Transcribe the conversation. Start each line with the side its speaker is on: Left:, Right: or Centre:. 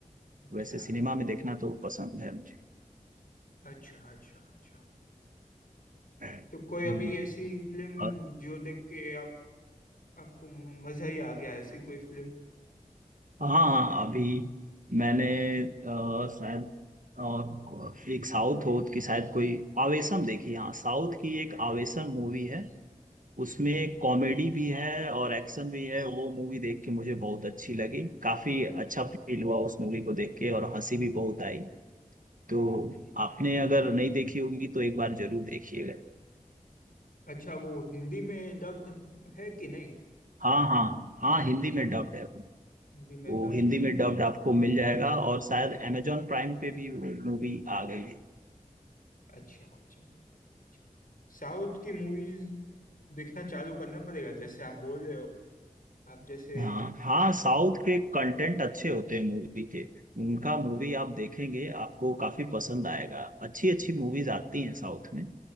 Left: अच्छा
Right: वैसे सिनेमा में देखना तो पसंद है मुझे
Left: अच्छा अच्छा अच्छा
Right: हम्म।
Left: तो कोई अभी ऐसी फिल्म
Right: और
Left: जो देख के आप आपको मजा ही आ गया ऐसी कोई फिल्म
Right: हाँ अभी मैंने अ, शायद अ, एक साउथ हो की शायद कोई आवेशम देखी हाँ साउथ की एक आवेशम मूवी है उसमें कॉमेडी भी है और एक्शन भी है वो मूवी देख के मुझे बहुत अच्छी लगी काफी अच्छा फील हुआ उस मूवी को देख के और हंसी भी बहुत आई तो आपने अगर नहीं देखी होगी तो एक बार जरूर देखिएगा
Left: अच्छा वो हिंदी में डब्ड है कि नहीं
Right: हाँ हाँ हाँ हिंदी में डब्ड है वो
Left: हिंदी में
Right: वो
Left: डब्ड
Right: हिंदी में
Left: है
Right: डब्ड आपको मिल जाएगा और शायद अमेजोन प्राइम पे भी मूवी आ गई है
Left: अच्छा अच्छा अच्छा साउथ की मूवीज देखना चालू करना पड़ेगा जैसे आप बोल रहे हो आप जैसे
Right: हाँ हाँ साउथ के कंटेंट अच्छे होते हैं मूवी के उनका मूवी आप देखेंगे आपको काफी पसंद आएगा अच्छी अच्छी मूवीज आती हैं साउथ में